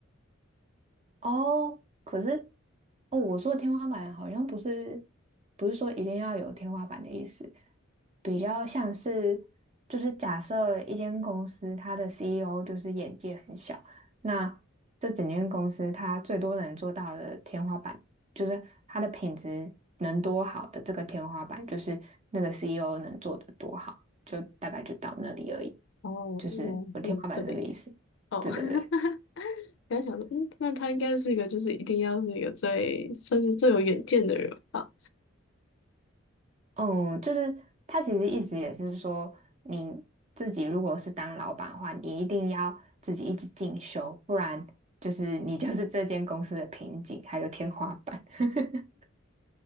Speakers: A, on the right; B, on the left.
A: 哦，可是哦，我说的天花板好像不是不是说一定要有天花板的意思，比较像是，就是假设一间公司它的 CEO 就是眼界很小，那这整间公司它最多能做到的天花板，就是它的品质能多好的这个天花板，就是那个 CEO 能做的多好，就大概就到那里而已。
B: <laughs> 哦，
A: 就是我天花板是这个意思。
B: 原来是这个意思。哦，
A: 对对对。
B: <laughs> 原来想说，嗯，那他应该是一个，就是一定要是一个最算是最有远见的人吧？
A: 嗯，就是他其实意思也是说，你自己如果是当老板的话，你一定要自己一直进修，不然就是你就是这间公司的瓶颈，还有天花板。<laughs>